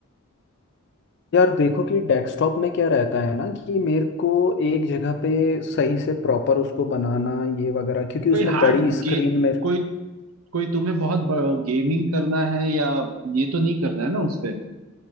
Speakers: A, on the left; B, on the right.
A: यार देखो कि डेस्कटॉप में क्या रहता है ना कि मेरे को एक जगह पे सही से प्रॉपर उसको बनाना ये वगैरह क्योंकि
B: कोई
A: उसमें
B: हार्ड
A: बड़ी स्क्रीन
B: गे
A: में
B: कोई कोई तुम्हें बहुत गेमिंग करना है या ये तो नहीं करना है ना उस पे